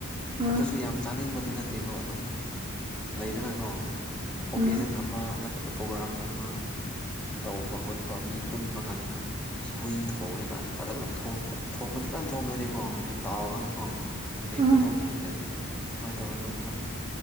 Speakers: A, on the right; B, in the centre.
A: ꯎꯝ
B: ꯑꯗꯨꯁꯨ ꯌꯥꯝ ꯆꯥꯅꯤꯡꯕꯗꯤ ꯅꯠ ꯅꯠꯇꯦꯀꯣ ꯑꯗꯨꯝ ꯂꯩꯗꯅꯀꯣ ꯑꯣꯀꯦꯖꯟ
A: ꯎꯝ
B: ꯑꯃ ꯅꯠꯇ꯭ꯔꯒ ꯄ꯭ꯔꯣꯒꯥꯝ ꯑꯃ ꯇꯧꯕ ꯈꯣꯠꯄ ꯃꯤ ꯄꯨꯟꯕ ꯀꯥꯟꯗ ꯑ ꯍꯨꯏ ꯊꯣꯡꯉꯅꯤ ꯀꯥꯏ ꯐꯖꯅ ꯊꯣꯡꯕꯗꯤ ꯐꯖꯅ ꯊꯣꯡꯗꯣꯏꯅꯤꯀꯣ ꯍꯥꯏꯗꯤ ꯇꯥꯎꯔꯒꯀꯣ ꯆꯨꯝꯅꯒꯤ
A: ꯎꯝ
B: ꯈꯨꯊꯣꯕ ꯅꯠꯇꯦ ꯁꯨꯃꯥꯏꯅ ꯇꯧꯔꯒ ꯈꯔ